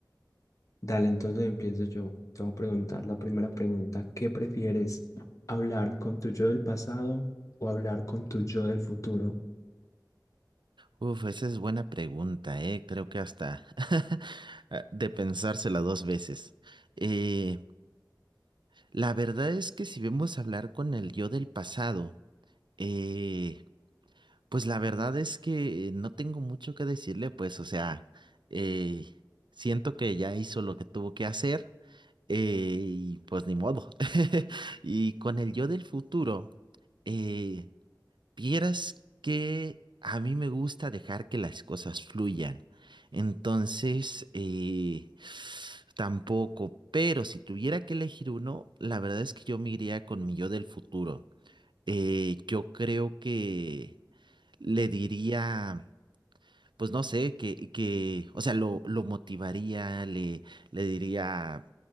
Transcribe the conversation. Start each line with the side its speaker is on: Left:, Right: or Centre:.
Left: Dale, entonces empiezo yo. Te voy a preguntar la primera pregunta. ¿Qué prefieres? ¿Hablar con tu yo del pasado o hablar con tu yo del futuro?
Right: Uf, esa es buena pregunta, eh. Creo que hasta <laughs> ah, de pensársela dos veces. Eh, la verdad es que si vemos hablar con el yo del pasado, eh, Pues la verdad es que no tengo mucho que decirle, pues, o sea, eh, siento que ya hizo lo que tuvo que hacer eh, y pues ni modo. <laughs> Y con el yo del futuro, eh, vieras que a mí me gusta dejar que las cosas fluyan. Entonces, eh, tampoco, pero si tuviera que elegir uno, la verdad es que yo me iría con mi yo del futuro. Eh, yo creo que le diría, pues no sé, que, que o sea, lo, lo motivaría, le, le diría,